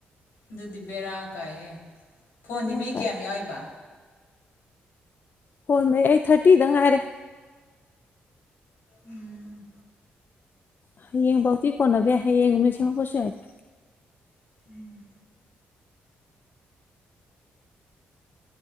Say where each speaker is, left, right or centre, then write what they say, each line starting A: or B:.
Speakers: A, on the left; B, on the left.
A: ꯑꯗꯨꯗꯤ ꯕꯦꯔꯥ ꯀꯥꯏꯍꯦ ꯐꯣꯟꯗꯤ
B: ꯕꯦꯔꯥ
A: ꯃꯩ
B: ꯀꯥꯏ
A: ꯀꯌꯥꯝ ꯌꯥꯎꯏꯕ
B: ꯐꯣꯝ ꯃꯩ ꯑꯩ ꯊꯥꯔꯇꯤꯗ ꯉꯥꯏꯔꯦ
A: ꯎꯝ
B: ꯍꯌꯦꯡꯐꯧꯗꯤ ꯀꯣꯟꯅꯕ ꯌꯥꯏ ꯍꯌꯦꯡꯒꯨꯝꯕꯗ ꯁꯦꯝꯃꯛꯄꯁꯨ ꯌꯥꯏꯗ
A: ꯎꯝ